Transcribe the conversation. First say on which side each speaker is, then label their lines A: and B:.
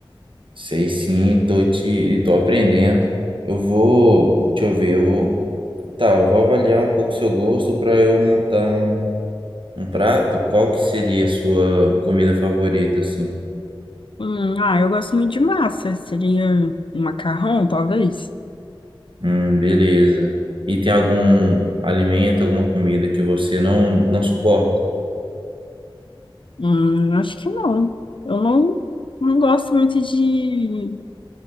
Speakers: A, on the right; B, on the left.
A: sei sim, tô te tô aprendendo. Eu vou, deixa eu ver, eu vou Tá, eu vou avaliar um pouco seu gosto para eu montar um, um prato. Qual que seria a sua comida favorita, assim?
B: Hum, ah, eu gosto muito de massa. Seria um macarrão, talvez?
A: Hum, beleza. E tem algum alimento, alguma comida que você não, não suporta?
B: Hum, acho que não. Eu não, não gosto muito de